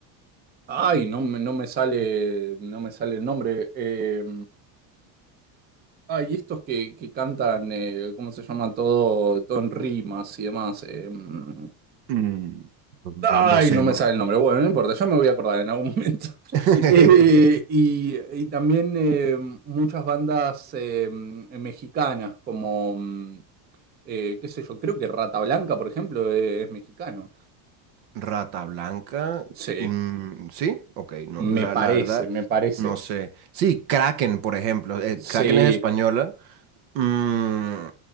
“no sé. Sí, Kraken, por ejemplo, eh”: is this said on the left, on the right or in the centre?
Right